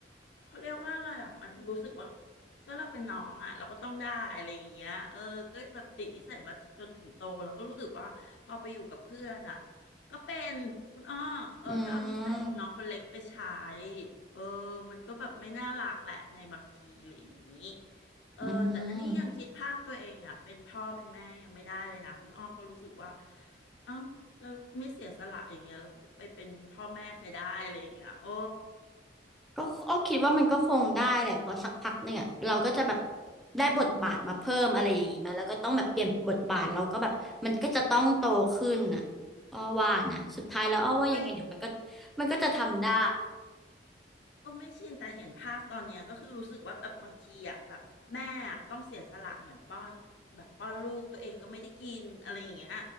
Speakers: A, on the left (about 75°); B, in the centre.
A: เขาเรียกว่าอะไรอ่ะมันรู้สึกว่าก็เราเป็นน้องอ่ะเราก็ต้องได้อะไรอย่างเงี้ยเออก็แบบติดนิสัยมาจนถึงโตแล้วก็รู้สึกว่าพอไปอยู่กับเพื่อนอ่ะก็เป็นคุณอ้อเออก็เอานิสัยน้องคนเล็กไปใช้
B: อืม
A: เออมันก็แบบไม่น่ารักแหละในบางทีอะไรอย่างงี้เออแต่ก็นี่ยังคิดภาพตัวเองอ่ะเป็นพ่อเป็นแม่ยังไม่ได้เลยนะคุณอ้อเพราะรู้สึกว่า
B: อืม
A: เอ้า เราไม่เสียสละอย่างเงี้ยเราจะไปเป็นพ่อแม่ใครได้อะไรอย่างเงี้ยโอ้
B: ก็อ้อคิดว่ามันก็คงได้แหละเพอสักพักเนี่ยเราก็จะแบบได้บทบาทมาเพิ่มอะไรอย่างงี้มาแล้วก็ต้องแบบเปลี่ยนบทบาทเราก็แบบมันก็จะต้องโตขึ้นอ่ะอ้อว่านะสุดท้ายแล้วอ้อว่ายังไงเดี๋ยวมันก็
A: ไม่
B: มันก็จะทำได้
A: โอ้ไม่ชินแต่เห็นภาพตอนเนี้ยก็คือรู้สึกว่าแบบบางทีอ่ะแบบแม่อะต้องเสียสละเหมือนป้อนแบบป้อนลูกตัวเองก็ไม่ได้กินอะไรอย่างเงี้ย